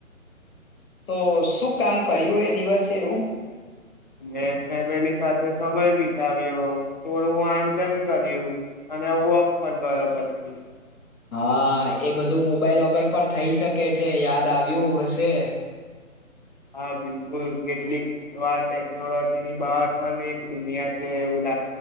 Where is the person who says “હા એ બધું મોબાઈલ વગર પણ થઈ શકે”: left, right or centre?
Left